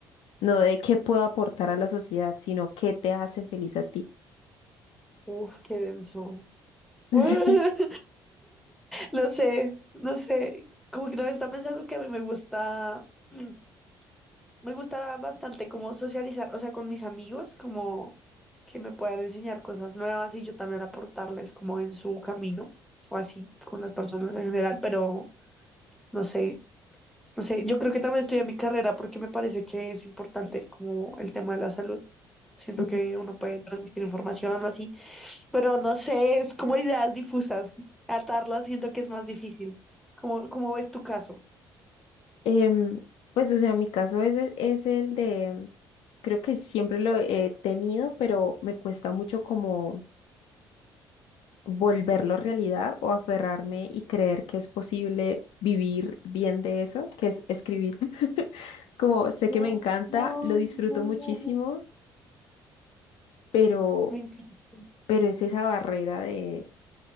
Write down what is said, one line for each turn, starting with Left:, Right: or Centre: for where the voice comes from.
Left: No de qué puedo aportar a la sociedad, sino qué te hace feliz a ti. <laughs>
Centre: Uf, qué denso.
Left: Sí.
Centre: <laughs> No sé, no sé. Como que no está pensando que a mí me gusta, <clears throat> me gusta bastante como socializar, o sea, con mis amigos, como que me puedan enseñar cosas nuevas y yo también aportarles como en su camino o así con las personas en general, pero no sé, no sé. Yo creo que también estudié mi carrera porque me parece que es importante como el tema de la salud. Siento
Left: Ujú.
Centre: que uno puede transmitir información o así Pero no sé, es como ideas difusas. Atarlas siento que es más difícil. ¿Cómo, cómo ves tu caso?
Left: Em, pues, o sea, mi caso es, e- es el de, creo que siempre lo he tenido, pero me cuesta mucho como volverlo realidad o aferrarme y creer que es posible vivir bien de eso, que es escribir. <laughs> Es como, sé
Centre: No,
Left: que me encanta,
Centre: no,
Left: lo disfruto
Centre: no,
Left: muchísimo,
Centre: no,
Left: pero,
Centre: Me encanta.
Left: pero es esa barrera de